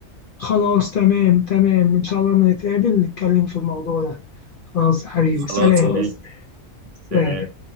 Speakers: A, on the left (about 55°); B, on the right (about 65°).
A: خلاص تمام تمام ان شاء الله لما نتقابل نتكلم في الموضوع ده خلاص يا حبيبي
B: خلاص
A: سلام خلاص.
B: ماشي
A: سلام
B: سلام